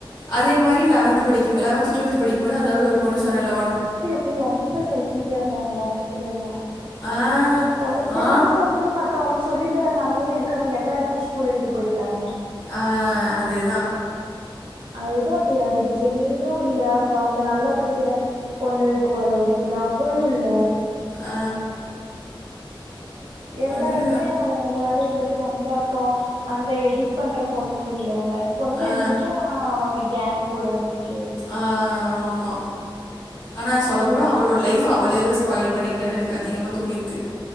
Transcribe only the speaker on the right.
நீ ரொம்ப செல்பிஷா இருந்தாங்க லவன்த்துல எல்லா
ஒன்னு தெரிஞ்ச
கூடி மத்தவங்களுக்கு சொல்லி தர நெலமையில இருக்கிறவங்க எல்லாருமே ஸ்கூல்ல விட்டு போயிட்டாங்க
அதுதா அப்டி ஆயிடுச்சு நீயு இல்ல அப்பறோ அந்த நல்லா படிக்கற பொண்ணு இக்குவால ஒருத்தி அவளு இல்ல
எல்லாருமே
அவங்கவுங்க வேலைய பாத்து ரொம்ப அப்பற அந்த எடிட் பண்ற பொண்ணு இல்ல பொண்ணு
இருந்துச்சு ஆனா அவங்க கேங் கூட இருந்துச்சு
அப்றம்